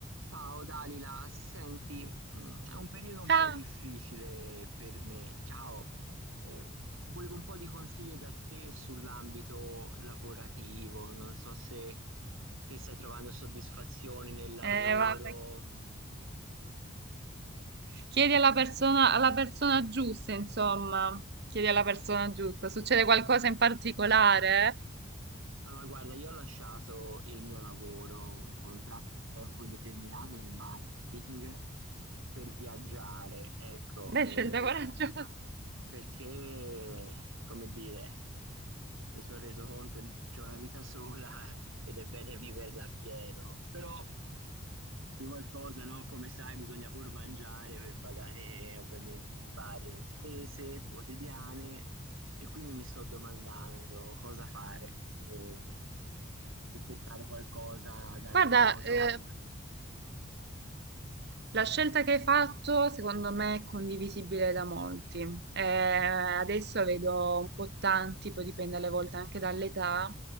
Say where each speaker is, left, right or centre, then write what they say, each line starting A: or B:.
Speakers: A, on the right; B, on the right.
A: Ciao Dalila, senti, mm, è un periodo un
B: Ciao.
A: po' difficile per me. Ciao, Eh, volevo un po' di consiglio da te sull'ambito lavorativo. Non so se ti stai trovando soddisfazioni nel lavoro.
B: Eh, guarda, chiedi alla persona, alla persona giusta, insomma. Chiedi alla persona giusta. Succede qualcosa in particolare?
A: Allora, guarda, io ho lasciato il mio lavoro, un contratto a tempo indeterminato nel marketing <laughs> per viaggiare, ecco,
B: Beh,
A: eh,
B: scelta coraggiosa.
A: perché, come dire, mi sono reso conto che c'è una vita sola <laughs> ed è bene viverla appieno, però di qualcosa, no? Come sai, bisogna pur mangiare per pagare ovviamente le varie spese quotidiane e quindi mi sto domandando cosa fare, se per cercare qualcosa dal
B: Guarda,
A: remoto.
B: eh, La scelta che hai fatto, secondo me, è condivisibile da molti. Eh, adesso vedo un po' tanti, poi dipende alle volte anche dall'età,